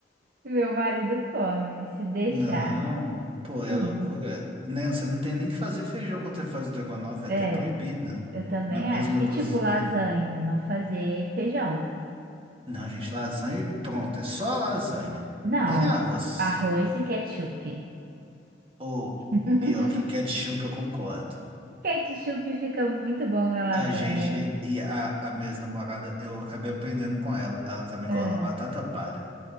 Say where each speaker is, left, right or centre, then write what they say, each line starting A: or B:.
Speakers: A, on the right; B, on the right.
A: Meu marido come, se deixar,
B: Não, pô, é
A: tudo.
B: loucura. Né? Você não tem nem que fazer feijão quando você faz o estrogonofe, é
A: É,
B: até proibido.
A: eu também
B: Na mesma
A: acho. E
B: cozinha.
A: tipo lasanha, não fazer feijão.
B: Não, gente, lasanha e pronto, é só lasanha.
A: Não,
B: Nem arroz.
A: arroz e ketchup.
B: Ou,
A: <laughs>
B: pior, que ketchup, eu concordo.
A: Ketchup fica muito bom na lasanha.
B: A gente e a, a minha ex-namorada, eu acabei aprendendo com ela. Ela também
A: Ah,
B: coloca batata palha.